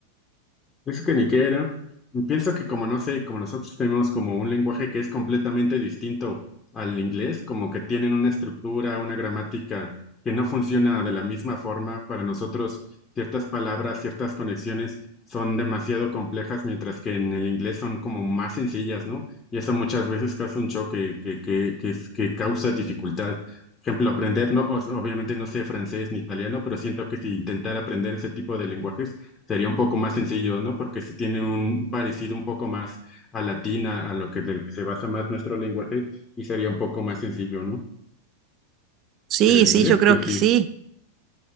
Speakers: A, on the left; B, on the right.
A: Pienso que Niquero, pienso que como no sé, como nosotros tenemos como un lenguaje que es completamente distinto al inglés, como que tienen una estructura, una gramática que no funciona de la misma forma, para nosotros ciertas palabras, ciertas conexiones son demasiado complejas, mientras que en el inglés son como más sencillas, ¿no? Y eso muchas veces causa un choque que, que, que, es- que causa dificultad. Por ejemplo, aprender, no, O- obviamente no sé francés ni italiano, pero siento que si intentara aprender ese tipo de lenguajes, sería un poco más sencillo, ¿no? Porque se tiene un parecido un poco más a latina, a lo que del que se basa más nuestro lenguaje, y sería un poco más sencillo, ¿no?
B: Sí,
A: Pero el
B: sí,
A: inglés,
B: yo creo
A: pues
B: que
A: sí.
B: sí.